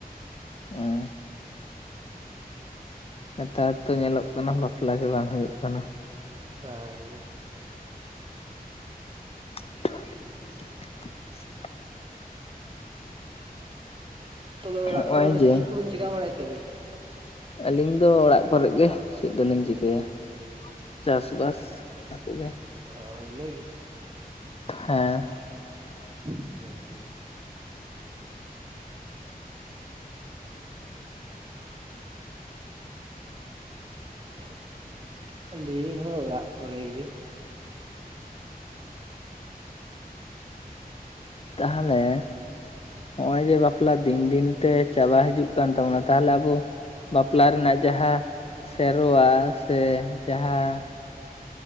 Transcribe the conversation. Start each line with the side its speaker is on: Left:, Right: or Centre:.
Left: <unintelligible> ᱼᱼ ᱱᱮᱛᱟᱨ ᱫᱚ ᱧᱮᱞᱚᱜ ᱠᱟᱱᱟ ᱵᱟᱯᱞᱟ ᱜᱮ ᱵᱟᱝ ᱦᱩᱭᱩᱜ ᱠᱟᱱᱟ᱾
Right: <unintelligible> ᱦᱮᱸ <unintelligible> ᱼᱼ
Left: <unintelligible> ᱼᱼ
Right: ᱛᱚᱵᱮ ᱚᱲᱟᱜ
Left: ᱱᱚᱜᱼᱚᱭ
Right: ᱠᱚᱨᱮ ᱫᱚ
Left: ᱡᱮ
Right: ᱪᱮᱫ ᱠᱚᱵᱮᱱ ᱪᱤᱠᱟ ᱵᱟᱲᱟᱭ ᱛᱮᱵᱮᱱ?
Left: ᱟᱹᱞᱤᱧ ᱫᱚ ᱚᱲᱟᱜ ᱠᱚᱨᱮᱜ ᱜᱮ ᱪᱮᱫ ᱫᱚᱞᱤᱧ ᱪᱤᱠᱟᱹᱭᱟᱼᱼ ᱪᱟᱥ ᱵᱟᱥ ᱚᱱᱟ ᱠᱚ ᱜᱮ᱾
Right: ᱦᱳᱭ ᱤᱱᱟᱹ ᱜᱮ᱿
Left: ᱦᱮᱸ᱾
Right: <unintelligible> ᱼᱼ <unintelligible> ᱟᱹᱞᱤᱧ ᱦᱚᱸ ᱚᱲᱟᱜ ᱠᱚᱨᱮ ᱜᱮᱼᱼ
Left: ᱛᱟᱦᱚᱞᱮ <unintelligible> ᱼᱼ ᱦᱚᱜ ᱚᱸᱭ ᱡᱮ ᱵᱟᱯᱞᱟ ᱫᱤᱱ ᱫᱤᱱ ᱛᱮ ᱪᱟᱵᱟ ᱦᱤᱡᱩᱜ ᱠᱟᱱ ᱛᱟᱵᱚᱱᱟ, ᱛᱟᱦᱟᱞᱮ ᱟᱵᱚ ᱵᱟᱯᱞᱟ ᱨᱮᱱᱟᱜ ᱡᱟᱦᱟᱸ ᱥᱮᱨᱣᱟ ᱥᱮ ᱡᱟᱦᱟᱸ